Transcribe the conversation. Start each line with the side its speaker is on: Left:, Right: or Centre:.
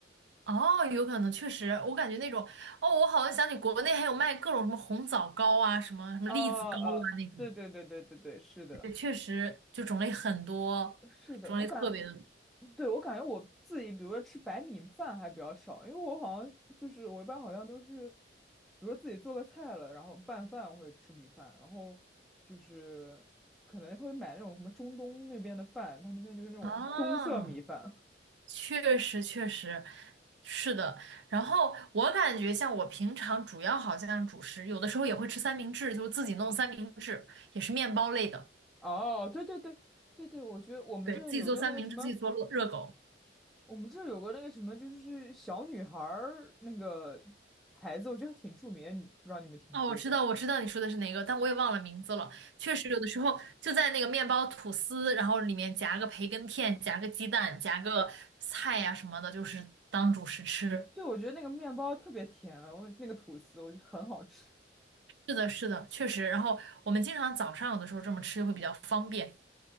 Right: 哦，有可能，确实，我感觉那种，哦，我好像想起国内还有卖各种什么红枣糕啊，什么什么栗子糕啊那种，
Centre: 啊啊，对对对对对对，是的，
Right: 对，确实就种类很多，
Centre: 是的，
Right: 种类特别的多
Centre: 我感对，我感觉我自己，比如说吃白米饭还比较少，因为我好像就是我一般好像都是，比如说自己做个菜了，然后拌饭或者吃米饭，然后就是可能会买那种什么中东那边的饭，他那边就是那种棕色米饭。
Right: 啊，确实确实是的。然后我感觉像我平常主要好像主食，有的时候也会吃三明治，就是自己弄三明治，也是面包类的，
Centre: 哦，对对对对对，我觉得我们这儿有个那个什么，
Right: 对，自己做三明治，自己做热热狗。
Centre: 我们这儿有个那个什么，就是小女孩儿那个牌子，我觉得挺著名的，你不知道你有没有听说过？
Right: 哦，我知道，我知道你说的是哪个，但我也忘了名字了。确实，有的时候就在那个面包吐司，然后里面夹个培根片，夹个鸡蛋，夹个菜呀、什么的，就是当主食吃。
Centre: 对，我觉得那个面包特别甜，我那个吐司我觉得很好吃。
Right: 是的，是的，确实。然后我们经常早上有的时候这么吃会比较方便。